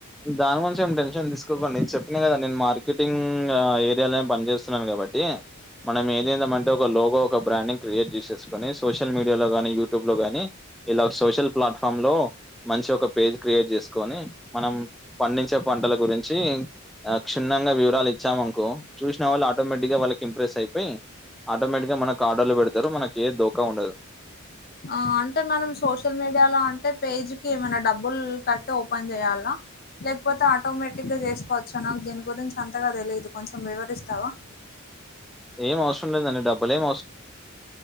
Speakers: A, in the centre; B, on the left (about 45°).
A: దాని గురించి ఏం టెషన్ తీసుకోకండి చెప్పి చెప్పిన కథ నేను మార్కెటింగ్ ఏరియాలో పని చేస్తున్నాను కాబట్టి మనం ఏం చేద్దాం అంటే ఒక లోగో ఒక బ్రాండెడ్ క్రియేట్ చేసేసుకొని సోషల్ మీడియాలో గాని యూట్యూబ్ లో గాని ఇలా సోషల్ ప్లాట్ఫామ్ లో మంచి ఒక పేజ్ క్రియేట్ చేసుకొని మనం పండించే పంటల గురించి ఆ క్షుణ్ణంగా వివరాలు ఇచ్చామనుకో చూసిన వాళ్ళు ఆటోమేటిక్ గా వాళ్ళకి ఇంప్రెస్ అయిపోయి ఆటోమేటిక్ గా మనకు ఆర్డర్లు పెడతారు మనకి ఏ దోఖ ఉండదు
B: ఆ అంటే మనం సోషల్ మీడియాలో అంటే పేజ్ ఏమైనా డబ్బుల్ కట్టి ఓపెన్ చేయాల లేకపోతే ఆటోమేటిక్ గా చేసుకోవచ్చా నాకు దీని గురించి అంతగా తెలియదు కొంచెం వివరిస్తావా
A: <inaudible> ఏం అవసరం లేదండి డబ్బులు ఏం